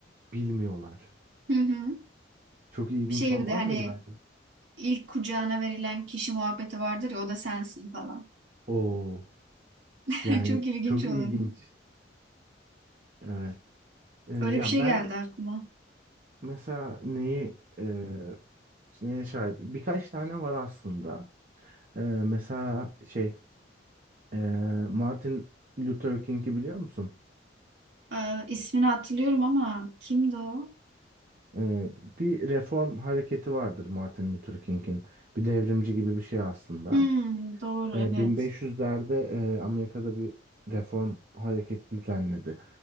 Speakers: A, on the right; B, on the right.
A: bilmiyorlar.
B: Hı hı.
A: Çok ilginç
B: Şey
A: olmaz
B: bir de hani
A: mıydı bence?
B: ilk kucağına verilen kişi muhabbeti vardır ya o da sensin falan.
A: Oo,
B: <laughs>
A: yani
B: Çok ilginç
A: çok
B: olur.
A: ilginç. Evet. Ee, ya
B: Öyle bir şey
A: ben
B: geldi aklıma.
A: mesela neyi e, neye şahit? Birkaç tane var aslında. Ee, mesela şey e, Martin Luther King'i biliyor musun?
B: Ee, ismini hatırlıyorum ama kimdi o?
A: Ee, bir reform hareketi vardır Martin Luther King'in. Bir devrimci gibi bir şey aslında.
B: Hmm, doğru
A: Ee,
B: evet.
A: 1500'lerde e, Amerika'da bir reform hareketi düzenledi.